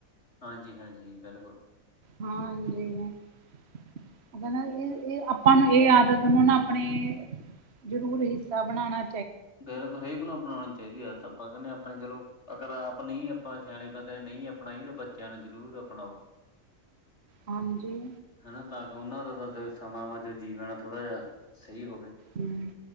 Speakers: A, on the left; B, on the right.
A: ਹਾਂਜੀ-ਹਾਂਜੀ ਬਿਲਕੁਲ।
B: ਹਾਂਜੀ। <unintelligible> ਏ ਏ ਆਪਾਂ ਨੂੰ ਏ ਆਦਤ ਨੂੰ ਨਾ ਅਪਨੇ ਜ਼ਰੂਰ ਹਿੱਸਾ ਬਣਾਣਾ
A: <unintelligible> <unintelligible> ਅਪਣਾਉਣੀ ਚਾਈਦੀ ਆਦਤ ਆਪਾਂ ਕੈਨੇ ਆਪਣੇ ਚਲੋ, ਅਗਰ ਆਪ ਨੀ ਆਪਾਂ ਸਿਆਣੇ ਬੰਦੇ ਨੇ ਨਈ ਅ ਣਾਈ, ਤੇ ਬੱਚੇਆਂ ਨੂੰ ਜ਼ਰੂਰ ਅਪਣਾਓ।
B: ਹਾਂਜੀ।
A: ਹਨਾ ਤਾਂ ਕੈ ਓਨਾਂ ਦਾ ਤਾਂ ਜੋ ਸਮਾਂ ਵਾ ਜੋ ਜੀਵਨ ਆ ਥੋੜਾ ਜੇਆ ਸਈ ਹੋਵੇ।
B: ਹੂੰ,